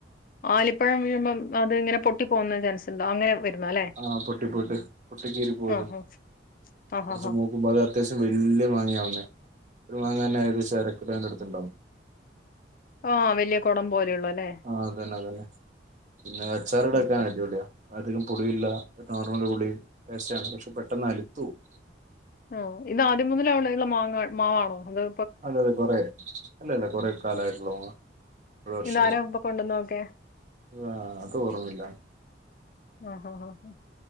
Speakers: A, on the left; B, on the right.
A: ആലിപ്പഴം വീഴുമ്പം അത് ഇങ്ങനെ പൊട്ടി പോകുന്ന ചാൻസ് ഉണ്ടോ അങ്ങനെ വരുന്ന അല്ലെ
B: ആഹ് പൊട്ടി പോയിട്ട പൊട്ടി കീറി പോകും
A: ആഹ്
B: അത്
A: ആഹ്
B: കുറച്ച്
A: ആഹ്
B: മു പോ അത്യാവശ്യം വല്യ മാങ്ങിയാവുന്നേത്ഒരു മാങ്ങാ തന്ന ഏകദേശം അരക്കിലൊ അടുത്തുണ്ടാവും
A: ആഹ് വലിയ കുടം പോലെയള്ള ല്ലെ
B: ആഹ് അതന്നെ അത ന്നെ പിന്നെ ആച്ചാർടാൻക്കെഅടിപൊളിയാ
A: ഓക്കെ
B: അധികം പുളിയില്ല നോർമല് പുളി ടേസ്റ്റ ആണ് പക്ഷെ പെട്ടെന്ന് അലുത്തപോകും
A: ആഹ് ഇതു ആദ്യം മുതല അവടെ ഉള്ള മാങ്ങ മാവാണോ അതു
B: അതെ അതെ കൊറെ അല്ലല്ല കൊറെ കാലമായിട്ടുള്ളൂ ഒരു വർഷം
A: ഇതാരാ ഇ പ്പൊ കൊണ്ടുവന്ന നോക്കെ
B: ആഹ് അത് ഓർമ്മില്ല
A: ആഹ് ആഹ് ആഹ് ആഹ്